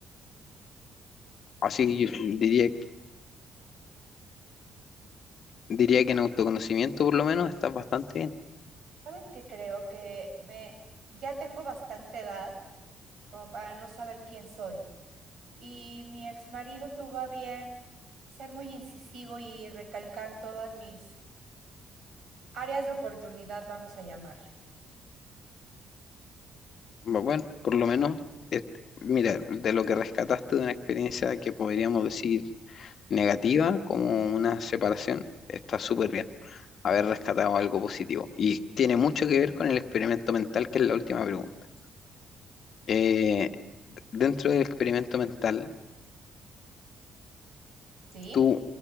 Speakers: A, on the left (about 60°); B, on the right (about 65°).
A: Así que yo diría, diría que en autoconocimiento por lo menos estás bastante bien.
B: ¿Sabes qué? Creo que me ya tengo bastante edad como para no saber quién soy. Y mi ex marido tuvo a bien ser muy incisivo y recalcar todas mis áreas de oportunidad, vamos a llamarle.
A: Bu- Bueno, por lo menos, et- mira, de lo que rescataste de una experiencia que podríamos decir negativa, como una separación, está súper bien haber rescatado algo positivo. Y tiene mucho que ver con el experimento mental, que es la última pregunta. Eh, dentro del experimento mental,
B: ¿Sí?
A: tú,